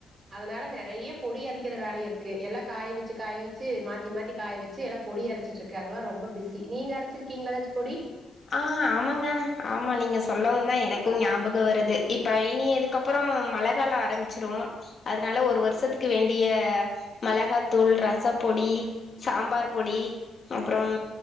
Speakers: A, on the right (about 40°); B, on the left (about 35°).
A: அதனால நெறய பொடி அரைக்கிற வேலை இருக்கு எல்லாம் காய வச்சி காய வச்சி மாத்தி மாத்தி காய வச்சி எல்லாம் பொடி அரைச்சிட்டு இருகே அதலாம் ரொம்ப பிஸி நீங்க அரச்சிருக்கீங்கள ஏதாச்சும் பொடி
B: ஆஹ் ஆமாங்க ஆமா நீங்க சொல்லவு தா எனக்கும் ஞாபக க்க வருது இப்ப இனி அதுக்கப்புறம் மளகாலம் ஆரம்மிச்ரூ அதனால ஒரு வருஷத்துக்கு வேண்டிய மிளகாத்தூள் ரசப்பொடி சாம்பார் பொடி அப்புறம்